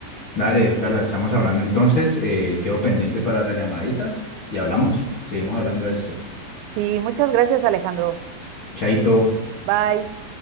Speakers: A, on the left (about 50°); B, on the right (about 85°).
A: Dale, Carla, estamos hablando entonces. eh, quedo pendiente para la llamadita y hablamos. Seguimos hablando de esto.
B: Sí, muchas gracias, Alejandro.
A: Chaito.
B: Bye.